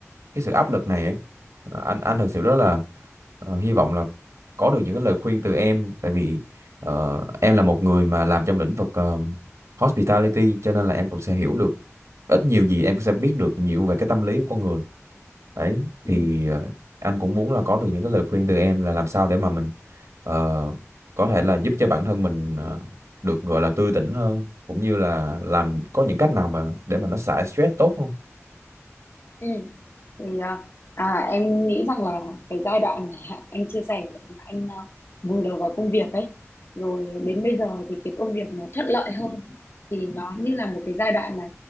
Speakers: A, on the right (about 70°); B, on the left (about 50°).
A: cái sự áp lực này ấy ờ, anh anh thật sự rất là ờ, hy vọng là có được những cái lời khuyên từ em tại vì ờ, em là một người mà làm trong lĩnh vực ờ, hospitality cho nên là em cũng sẽ hiểu được ít nhiều gì em sẽ biết được nhiều về cái tâm lý của con người đấy
B: Ừ,
A: thì ờ, anh cũng muốn là có được những cái lời khuyên từ em là làm sao để mà mình ờ, có thể là giúp cho bản thân mình ờ, được gọi là tươi tỉnh hơn cũng như là làm có những cách nào mà để mà nó xả stress tốt không
B: ừ. Thì à, à, em nghĩ rằng là cái giai đoạn mà anh chia sẻ mà anh à, vùi đầu vào công việc ấy, rồi đến bây giờ thì cái công việc nó thuận lợi hơn, thì nó như là một cái giai đoạn mà